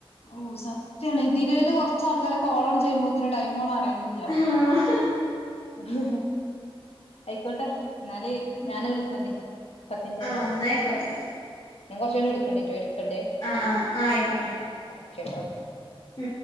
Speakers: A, on the left (about 85°); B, on the left (about 40°).
A: ഓ സത്യാണ് ഇതിലേല് കൊറച്ചാൾക്കാരെ കോളങ്ങട്ട് ചെയ്യുമ്പോത്തിന് ടൈമ് പോണ അറിയു ന്നില്ല
B: ആഹ്
A: ഹ് ഹ് അയ്ക്കോട്ടെ ന്നാല്
B: ഉം
A: ഞാൻ വിളിക്കണ്ട് പത്തിൻറ്റ് ആയില്ലേ
B: ആഹ് എന്നായിക്കോട്ടെ
A: ഞൻ കൊറച്ചയിഞ്ഞിട്ട് വിളിക്കണ്ട് ട്ടോ എടുക്കണ്ട്
B: അ അ ആ യിക്കോട്ടെ
A: ക്കെ ട്ടോ
B: മം